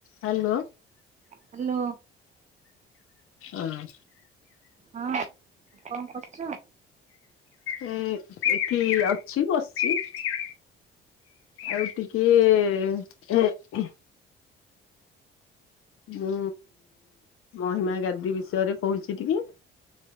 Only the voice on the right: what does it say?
Hello.
ହଁ କଣ କରୁଚ?